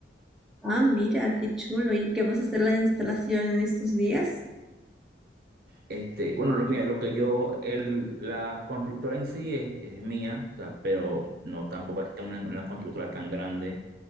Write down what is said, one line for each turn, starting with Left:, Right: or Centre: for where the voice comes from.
Centre: Ah, mira, qué chulo. ¿Y qué vas a hacer la instalación en estos días?
Right: Este, bueno, lo- mira, lo que yo, el, la constructora en sí es, es mía, o sea, pero no tampoco es que una, una constructora tan grande,